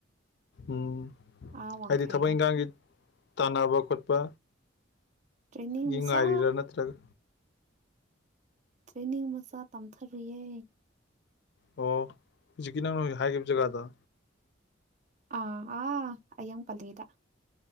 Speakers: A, on the left; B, on the right.
A: ꯎꯝ
B: ꯑꯥ ꯋꯥꯡꯈꯩꯗ
A: ꯍꯥꯏꯗꯤ ꯊꯕꯛ ꯏꯪꯒꯥꯡꯒꯤ ꯇꯥꯟꯅꯕ ꯈꯣꯠꯄ
B: ꯇ꯭ꯔꯦꯅꯤꯡ
A: ꯃꯤ
B: ꯃꯆꯥ
A: ꯉꯥꯏꯔꯤꯔꯥ ꯅꯠꯇ꯭ꯔꯒ
B: ꯇ꯭ꯔꯦꯅꯤꯡ ꯃꯆꯥ ꯇꯝꯊꯔꯤꯌꯦ
A: ꯑꯣ ꯍꯧꯖꯤꯛꯀꯤ ꯅꯪꯅ ꯑꯣꯏ ꯍꯥꯏꯈꯤꯕ ꯖꯒꯥꯗꯣ
B: ꯑꯥ ꯑꯥ ꯑꯌꯥꯡ ꯄꯜꯂꯤꯗ